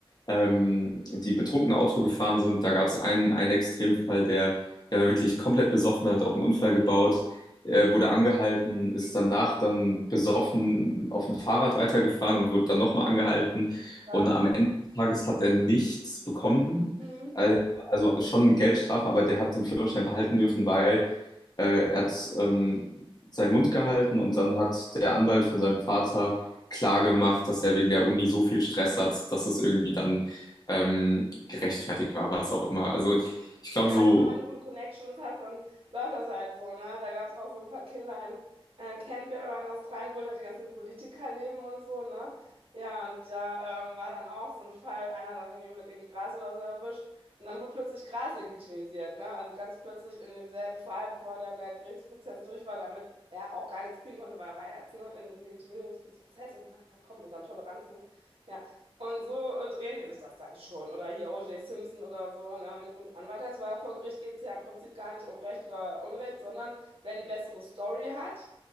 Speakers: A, on the left (about 45°); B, on the right (about 70°).
A: ähm, die betrunken Auto gefahren sind. Da gab es einen, einen Extremfall, der, der war wirklich komplett besoffen, hat auch einen Unfall gebaut. Er wurde angehalten, ist danach dann besoffen auf dem Fahrrad weitergefahren und wurde dann nochmal angehalten.
B: Was?
A: Und am Ende des Tages hat er nichts bekommen.
B: Mhm.
A: Also also schon eine Geldstrafe, aber der hat den Führerschein behalten dürfen, weil äh, er hat ähm, seinen Mund gehalten und dann hat der Anwalt von seinem Vater klar gemacht, dass er wegen der Uni so viel Stress hat, dass es irgendwie dann ähm, gerechtfertigt war, was auch immer. Also ich glaube,
B: Ja,
A: so
B: also, ich meine, wenn du gute Connections hast, dann läuft das halt so, ne? Da gab es auch so ein paar Kinder in, äh, in Canberra in Australien, wo da die ganzen Politiker leben und so, ne? Ja, und da ähm, war dann auch so ein Fall, einer dann irgendwie mit irgendwie Gras oder so erwischt und dann wurde plötzlich Gras legitimisiert, ne? Also ganz plötzlich in demselben Fall, bevor dann der Gerichtsprozess durch war, damit er auch gar nichts kriegen konnte, weil er war ja jetzt, ne, im Legitimierungsprozess und ach ja, komm, und dann Toleranz, ne? ja und so äh, drehen die sich das dann schon. Oder hier O.J. Simpson oder so. Ne? Wenn du einen guten Anwalt hast, weil vor Gericht geht es ja im Prinzip gar nicht um Recht oder Unrecht, sondern wer die bessere Story hat.